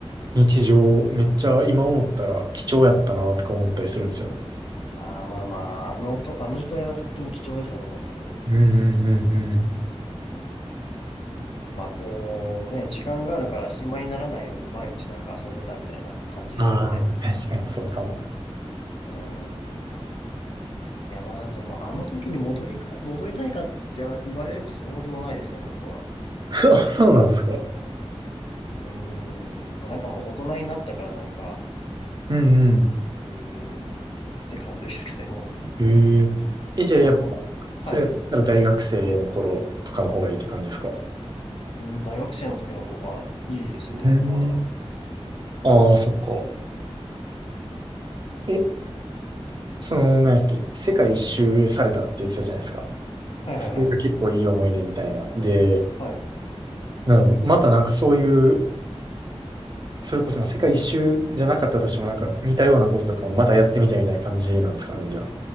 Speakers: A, on the right; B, on the left.
A: 日常、めっちゃ今思ったら貴重やったなとか思ったりするんですよね。
B: ああまあまあ、あのと、あの時代はとっても貴重でしたね、本当に。
A: うんうんうんう
B: まあ、こうね、時間があるから暇にならないように毎日なんか遊んでたみたいな感じですけどね。
A: ん。ああ、確かにそうかも。
B: うん。いや、まあ、でも、あの時に戻りか、戻りたいかって言われればそうでもないですね、僕は。
A: <laughs> あ、そうなんですか。
B: うーん。まあ、なんかもう大人になったからなんか、
A: うん
B: うーん。って感じですかね、もう。
A: うん。へえ。え、じゃあやっぱ、
B: あの、
A: それやったら大学生の頃とかの方がいいって感じですか
B: はい。うん、大学生の時の方がいいですね、
A: うん。
B: まだ。
A: ああ、そっか。え、その、なんやっけ、世界一周されたって言ってたじゃないですか。
B: はいはいはい。
A: それが結構いい思い出みたいな。で、
B: はい。
A: なんまたなんかそういう、それこそまあ世界一周じゃなかったとしてもなんか似たようなこととかもまたやってみたみたいな感じなんですかね、じゃあ。